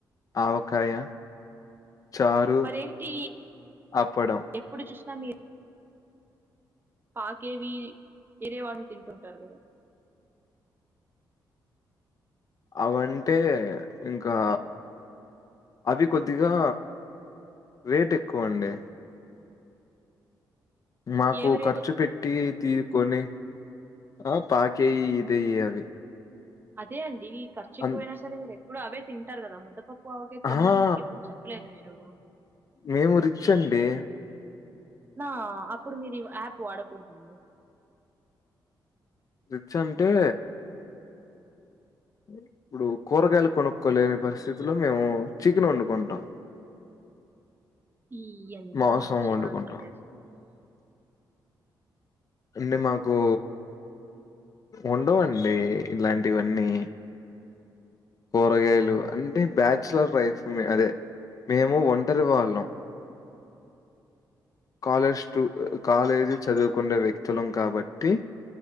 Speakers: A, on the left (about 45°); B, on the right (about 25°).
A: ఆవకాయ చారు
B: మరేంటి
A: అప్పడం
B: ఎప్పుడు చూసినా మీరు పాకేవి ఇదేవాటిని తింటుంటారు కదా
A: అవంటే ఇంకా అవి కొద్దిగా రేట్ ఎక్కువ అండి. మాకు
B: ఏవి రేట్
A: ఖర్చు
B: ఎక్కువ
A: పెట్టి తీ కొనే ఆ పాకేయి ఇదేయ అవి
B: అదే అండి ఈ ఖర్చు ఎక్కువైనా
A: అన్
B: సరే మీరు ఎప్పుడు అవే తింటారు కదా ముద్దపప్పు ఓకే తిన్నాని
A: అహా!
B: నాకు ఎప్పుడు చెప్పలేదు మీరు
A: మేము రిచ్ అండి.
B: నా అప్పుడు మీరు యాప్ వాడకూడదండి.
A: రిచ్ అంటే ఇప్పుడు కూరగాయలు కొనుక్కోలేని పరిస్థితిలో మేము చీకను వండుకుంటాం.
B: ఈ ఎంత
A: మాంసం
B: మంచి
A: వండుకుంటాం.
B: వారటసలు
A: అంటే మాకు ఉండవ అండి ఇలాంటివన్నీ కూరగాయలు అంటే బ్యాచ్ లర్ లైఫ్ అదే మేము ఒంటరి వాళ్ళం కాలేజ్ స్టూ కాలేజీ చదువుకునే వ్యక్తులం కాబట్టి